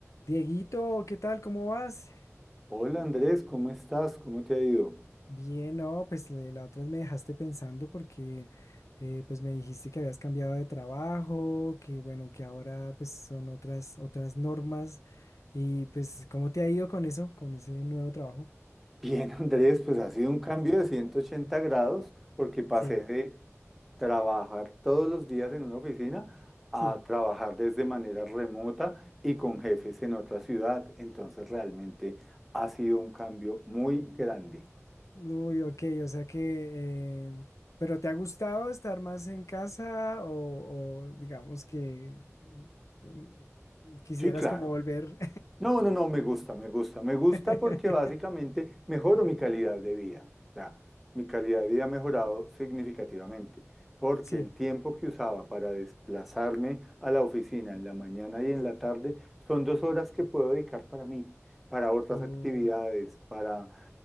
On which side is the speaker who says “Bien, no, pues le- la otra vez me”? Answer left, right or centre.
Left